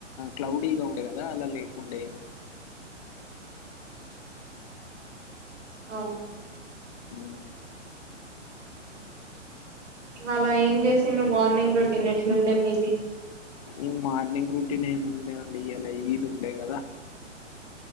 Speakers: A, on the left; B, on the right.
A: క్లౌడి ఇగా ఉండే కద అలా డయం
B: అవు
A: అ <inaudible>
B: ఇవాళ ఏం చేసి నువ్ మార్నింగ్ రొటీన్ ఎట్లుండే మీ ఇది
A: ఈ మార్నింగ్ రూటీన్ ఏమి ఉండే అండి అలా ఇది ఉండే కదా